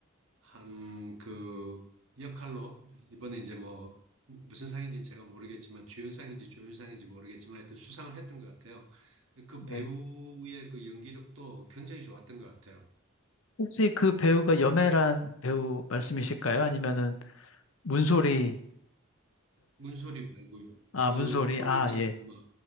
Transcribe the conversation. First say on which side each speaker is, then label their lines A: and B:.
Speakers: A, on the right (about 75°); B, on the left (about 80°).
A: 한 그 역할로 이번에 이제 뭐 무슨 상인지는 제가 모르겠지만 주연상인지 조연상인지 모르겠지만 하여튼 수상을 했던 것 같아요. 그
B: 네.
A: 배우의 그 연기력도 굉장히 좋았던 것 같아요.
B: 혹시 그 배우가 염혜란 배우 말씀이실까요? 아니면은 문소리였을까요?
A: 문소리 말고요.
B: 아,
A: 그
B: 문소리.
A: 어릴
B: 아,
A: 적은
B: 예.
A: 뭐